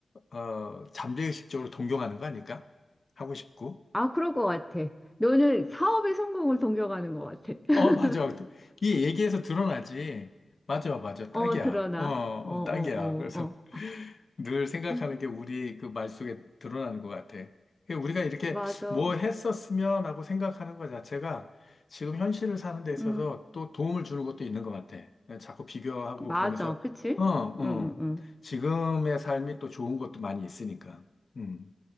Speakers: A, on the left (about 50°); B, in the centre.
A: 어 잠재의식적으로 동경하는 거 아닐까? 하고 싶고.
B: 아, 그럴 것 같아. 너는 사업의 성공을 동경하는 것 같아. <laughs>
A: 어, 맞아. 그, 이 얘기에서 드러나지. 맞아, 맞아.
B: 어,
A: 딱이야.
B: 드러나.
A: 어, 어,
B: 어, 어, 어,
A: 딱이야. 그래서
B: 어.
A: <laughs> 늘 생각하는
B: 음,
A: 게 우리 그 말 속에 드러나는 것 같아. 그 우리가 이렇게
B: 맞아.
A: 뭐 했었으면 하고 생각하는 것 자체가 지금 현실을 사는 데 있어서
B: 응,
A: 또 도움을 주는 것도 있는 것 같아. 자꾸 비교하고
B: 맞아.
A: 그러면서,
B: 그치?
A: 어, 어.
B: 응, 응,
A: 지금의 삶이 또 좋은 것도 많이 있으니까. 음.